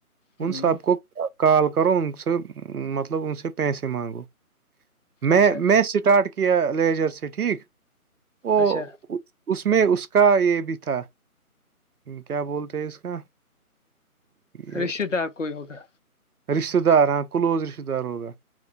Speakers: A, on the right (about 80°); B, on the left (about 55°).
A: اون
B: ہوں
A: سبق کال کرو ان سے مطلب ان سے پیسے مانگو میں
B: اچھا
A: میں اسٹارٹ کیا لیجر سے ٹھیک ا
B: اچھا
A: اس میں اس کا یہ بھی تھا کیا بولتے ہیں اس کا یہ
B: رشتے دار کوئی ہوگا
A: رشتہ دار ہاں کلوز رشتہ دار ہوگا